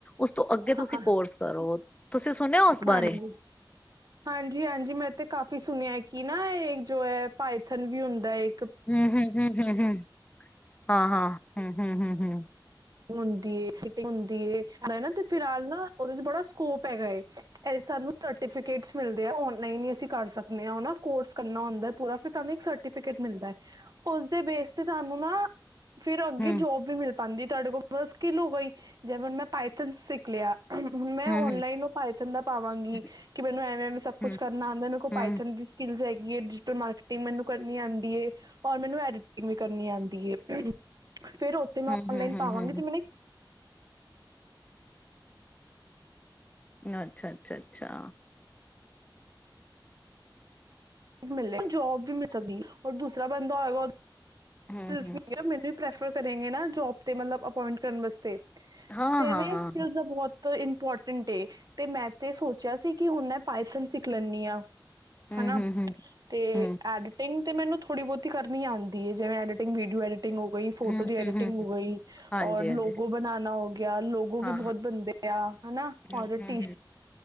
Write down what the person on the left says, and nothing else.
ਉਸ ਤੋਂ ਅੱਗੇ
ਤੁਸੀਂ ਕੋਰਸ ਕਰੋ ਤੁਸੀਂ ਸੁਣਿਆਂ ਉਸ
ਬਾਰੇ-
ਹੂੰ-ਹੂੰ-ਹੂੰ-ਹੂੰ। ਹਾਂ-ਹਾਂ, ਹੂੰ-ਹੂੰ-ਹੂੰ-ਹੂੰ।
ਹਮ
ਹਮ
ਹਮ
ਹਮ
ਹਮ
ਹਮ
ਹਮ
ਹਮ
ਹੂੰ-ਹੂੰ, ਅੱਛਾ-ਅੱਛਾ-ਅੱਛਾ।
ਹਮ
ਹਮ
ਹਾਂ
ਹਾਂ ਹਾਂ
ਹਮ
ਹਮ ਹਮ
ਹਮ
ਹਮ
ਹਮ ਹਮ
ਹਾਂਜੀ
ਹਾਂਜੀ
ਹਾਂ
ਹਾਂ
ਹੂੰ